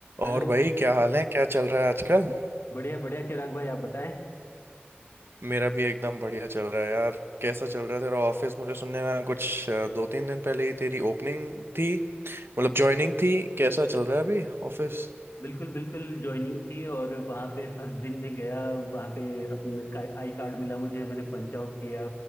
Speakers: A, on the left; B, on the right.
A: Hello
B: और भाई क्या हाल है क्या चल रहा है आजकल
A: बढ़िया बढ़िया चिराग भाई आप बताएं
B: मेरा भी एकदम बढ़िया चल रहा है यार कैसा चल रहा है तेरा ऑफिस मुझे सुनने में आया कुछ अ, दो तीन दिन पहले ही तेरी ओपनिंग थी मतलब ज्वाइनिंग थी कैसा चल रहा है अभी ऑफिस
A: बिल्कुल बिल्कुल ज्वाइनिंग थी और वहाँ पे फर्स्ट दिन में गया वहाँ पे अपने का, आई कार्ड मिला मुझे मैंने पंच आउट किया